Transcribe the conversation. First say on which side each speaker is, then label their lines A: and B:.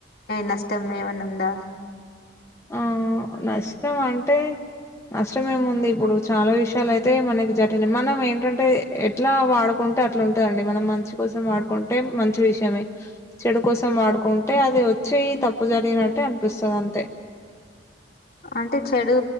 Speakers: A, on the left (about 60°); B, on the left (about 15°).
A: నష్టం ఏమన్నా ఉందా
B: ఆ నష్టం అంటే నష్టం ఏముంది ఇప్పుడు చాలా విషయాలు అయితే మనకి జరిగినాయ్ మనం ఏంటంటే ఎట్లా వాడుకుంటు ఉంటే అట్లా ఉంటందండి మనం మంచి కోసం వాడుకుంటే మంచి విషయమే చెడు కోసం వాడుకుంటే అది వచ్చి తప్పు జరిగినట్టే అనిపిస్తాది అంతే
A: అంటే చెడు